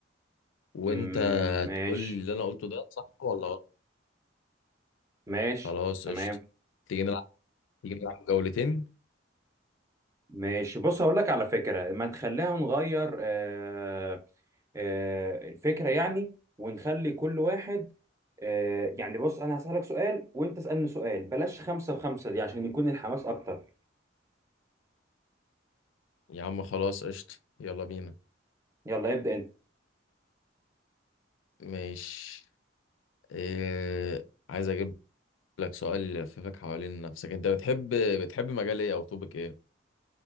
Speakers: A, on the left (about 85°); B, on the right (about 15°).
A: وانت
B: مم، ماشي
A: تقول لي اللي انا قلته ده صح ولا غلط
B: ماشي
A: خلاص
B: تمام
A: قشطه تيجي نلعب تيجي نلعب جولتين
B: ماشي بص هقول لك على فكرة ما تخليها نغير آه آه الفكرة يعني ونخلي كل واحد آه يعني بص انا هسألك سؤال وانت اسألني سؤال بلاش خمسة وخمسة دي عشان يكون الحماس اكتر
A: يا عم خلاص قشطه يلا بينا
B: يلا ابدأ انت
A: ماشي إيه... عايز اجيب لك سؤال يلففك حوالين نفسك انت بتحب بتحب مجال ايه او توبك ايه